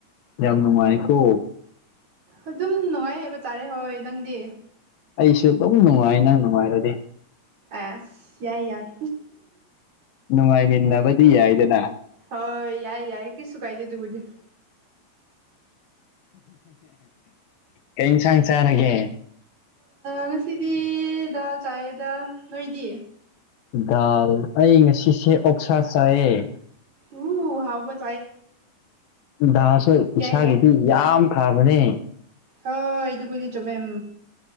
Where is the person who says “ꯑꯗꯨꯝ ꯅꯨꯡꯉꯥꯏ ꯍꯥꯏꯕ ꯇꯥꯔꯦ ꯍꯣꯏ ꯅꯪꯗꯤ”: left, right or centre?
Right